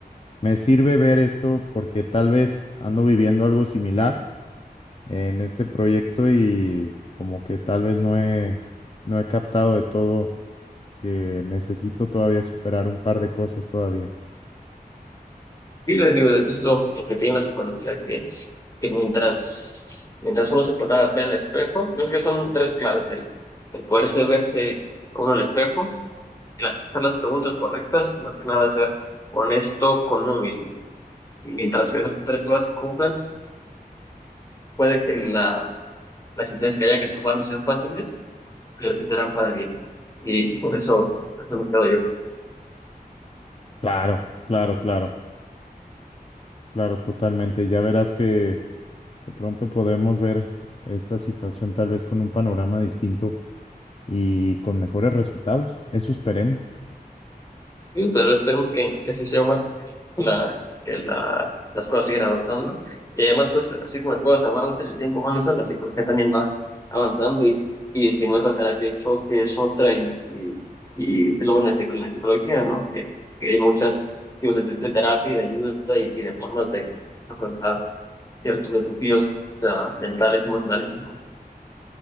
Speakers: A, on the left; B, on the left.
A: me sirve ver esto porque tal vez ando viviendo algo similar en este proyecto y como que tal vez no he, no he captado de todo que necesito todavía superar un par de cosas todavía.
B: Y les digo, es lo, lo que tiene la psicología, que, que mientras, mientras uno se pueda ver al espejo, yo creo que son tres claves, el, el poderse verse con uno al espejo, el hacer las preguntas correctas, más que nada ser honesto con uno mismo Y mientras esas tres cosas se cumplan, puede que la, las decisiones que haya que tomar no sean fáciles, pero sí serán para bien. Y por eso, por eso me quedo yo.
A: Claro, claro, claro, claro, totalmente. Ya verás que... que pronto podemos ver esta situación tal vez con un panorama distinto y con mejores resultados. Eso esperemos.
B: Y, pero esperemos que, que así sea, Omar, la, que la, las cosas sigan avanzando. Y además, pues, así como las cosas avanzan, el tiempo avanza, la psicología también va avanzando. Y, y si no es la terapia de choque, es otra. Y, y, y luego en la, psico- la psicología, ¿no? Que, que hay muchas tipos de, de terapia y de ayuda y, y de formas de afrontar ciertos desafíos o mentales, emocionales, físicos,